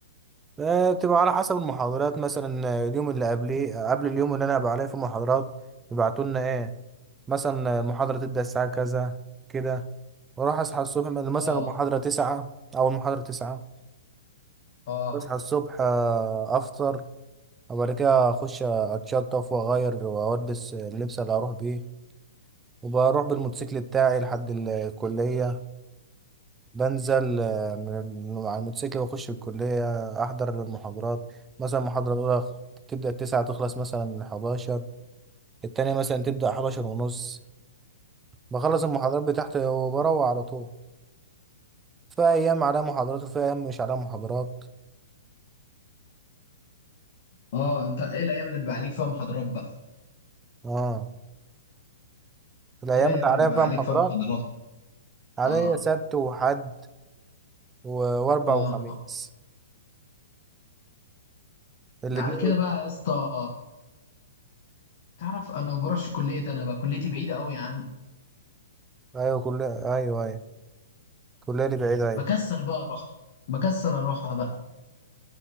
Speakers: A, on the right (about 15°); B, on the left (about 50°).
A: آه، بتبقى على حسب المحاضرات مثلا آه، اليوم اللي قبليه آه، قبل اليوم اللي انا هبقى عليه في محاضرات يبعتوا لنا ايه مثلا آه، المحاضرة تبدأ الساعة كذا كده واروح اصحى الصبح مثلا
B: اه
A: المحاضرة تسعة او المحاضرة تسعة
B: اه
A: اصحى الصبح آه، افطر وبعد كده اخش اتشطف واغير والبس اللبس اللي هروح بيه وبروح بالموتوسيكل بتاعي لحد الكلية بنزل آه، من على الموتوسيكل واخش الكلية احضر المحاضرات مثلا المحاضرة الاولى تبدأ التسعة تخلص مثلا حداشر التانية مثلا تبدأ حداشر ونص بخلص المحاضرات بتاعتي وبروح على طول في ايام عليها محاضرات وفي ايام مش عليها محاضرات
B: اه انت ايه الايام اللي بيبقى عليك فيها محاضرات بقى
A: اه الايام
B: ايه الايام
A: اللي
B: اللي
A: عليها
B: بيبقى
A: فيها
B: عليك
A: محاضرات
B: فيها محاضرات
A: عليا
B: اه
A: سبت وحد و- واربع
B: اه
A: وخميس
B: آه.
A: الاتنين
B: ده على كده بقى يا اسطى تعرف انا ما بروحش كلية انا بقى كليتي بعيدة قوي يا عم
A: ايوه كلية ايوه ايوه كلية دي بعيدة ايوه
B: بكسل بقى اروح بكسل اروحها بقى